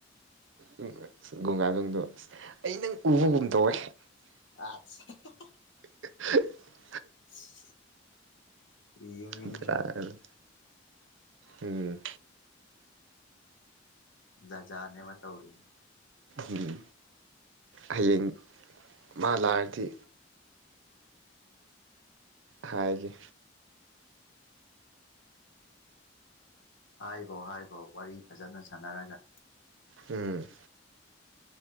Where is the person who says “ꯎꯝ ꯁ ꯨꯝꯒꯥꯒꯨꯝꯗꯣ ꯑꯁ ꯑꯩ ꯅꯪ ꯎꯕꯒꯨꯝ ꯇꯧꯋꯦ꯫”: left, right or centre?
Right